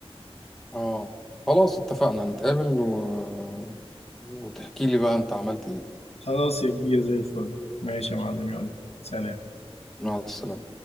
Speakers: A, in the centre; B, on the left (about 75°).
A: اه خلاص اتفقنا نتقابل و... وتحكي لي بقى انت عملت ايه
B: خلاص يا كبير زي الفل ماشي يا معلم يلا سلام
A: مع السلامة